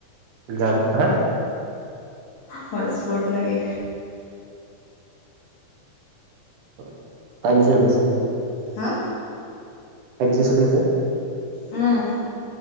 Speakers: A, on the right (about 75°); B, on the left (about 55°).
A: যাব হা।
B: হটস্পট লাগে।
A: <unintelligible> গৈছে নেকি।
B: হা।
A: ফাইভ জি চলি আছে।
B: উম।